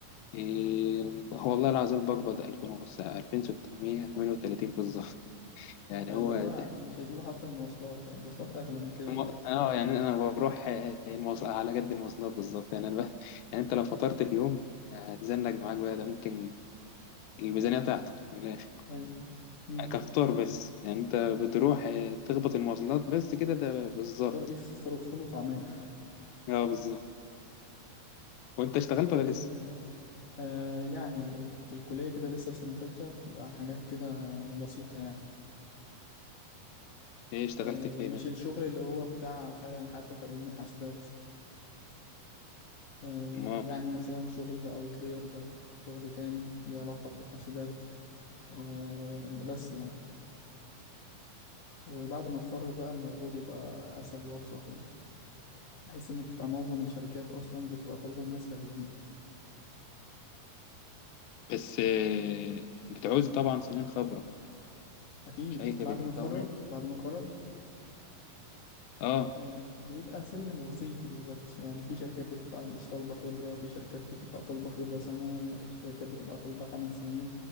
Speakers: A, on the left; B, on the left.
A: إيه، هو والله العظيم بقبض 2000 ونص 2638 بالظبط <laughs> يعني
B: اللي
A: هو
B: هو مش هيجيبوا حتى المواصلات يعني المواصلات أغلى من كده
A: الم-
B: دلوقتي
A: اه يعني انا بروح المواصل على قد المواصلات بالظبط يعني انا ب... يعني انت لو فطرت في يوم هتزنق معاك بقى ده ممكن الميزانيه تعطل من الاخر
B: أيوة امم
A: كفطار بس يعني انت بتروح آه، تخبط المواصلات بس كده ده بالظبط
B: فطار إيه فطار فول وطعمية <laughs>
A: اه بالظبط وانت اشتغلت
B: طب أنت
A: ولا
B: إيه
A: لسه؟
B: ال... آه يعني في الكلية كده لسه في سنة تالتة بتبقى حاجات كده بسيطة يعني
A: ايه اشتغلت
B: آه
A: في ايه
B: مش الشغل اللي هو بتاع فعلا حد خريج من حاسبات آه
A: ما
B: يعني مثلا شغل أوتلاير ده شغل تاني ليه علاقة بحاسبات آه بس يعني وبعد ما اتخرج بقى الموضوع بيبقى اسهل وابسط يعني بحيث ان بتبقى معظم الشركات اصلا بتبقى طالبه ناس خريجين
A: بس آه، بتعوز طبعا سنين خبره
B: اكيد
A: مش اي خير
B: بعد ما اتخرج
A: طبعا
B: بعد ما اتخرج
A: اه
B: آه، بيبقى سلم وظيفي بالظبط يعني في شركات بتبقى مش طالبة خبرة في شركات بتبقى طالبة خبرة سنة شركات بتبقى طالبة خمس سنين